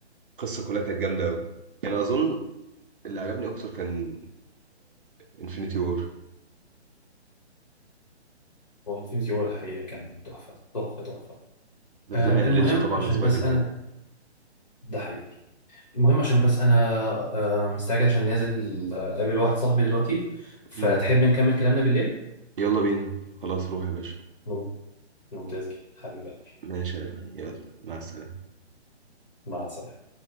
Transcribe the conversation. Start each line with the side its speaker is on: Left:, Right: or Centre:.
Right: القصة كلها كانت جامدة قوي يعني اظن اللي عجبني اكتر كان انفينيتي وور
Left: هو الفيلم سيور الحقيقة كان تحفة تحفة تحفة
Right: بس
Left: آه
Right: ده ما يقللش
Left: المهم
Right: طبعا
Left: عشان
Right: من سبايدر
Left: بس
Right: مان
Left: أنا
Right: يعني
Left: ده حقيقي المهم عشان بس أنا آه مستعجل عشان نازل آه، أقابل واحد صاحبي دلوقتي فتحب
Right: مم.
Left: نكمل كلامنا بالليل؟
Right: يلا بينا خلاص روح يا باشا
Left: مم- ممتاز جدا حبيب قلبي
Right: ماشي يا أمان. يلا مع السلامة
Left: مع السلامة